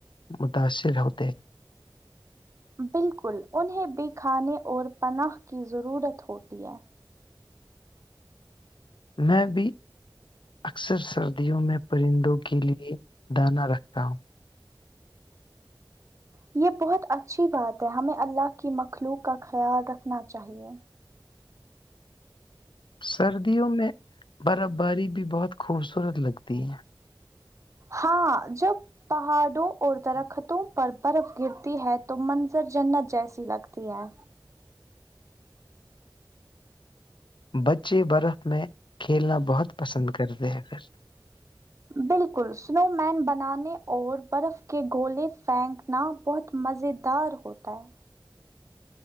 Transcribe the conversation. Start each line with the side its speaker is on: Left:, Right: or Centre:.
Left: متاثر ہوتے ہیں
Right: بالکل انہیں بھی کھانے اور پناہ کی ضرورت ہوتی ہے
Left: میں بھی اکثر سردیوں میں پرندوں کے لیے دانہ رکھتا ہوں
Right: یہ بہت اچھی بات ہے ہمیں اللہ کی مخلوق کا خیال رکھنا چاہیے
Left: سردیوں میں برف باری بھی بہت خوبصورت لگتی ہے
Right: ہاں جب پہاڑوں اور درختوں پر برف گرتی ہے تو منظر جنت جیسی لگتی ہے
Left: بچے برف میں کھیلنا بہت پسند کرتے ہیں پھر
Right: بالکل سنو مین بنانے اور برف کے گولے فینک نا بہت مزیدار ہوتا ہے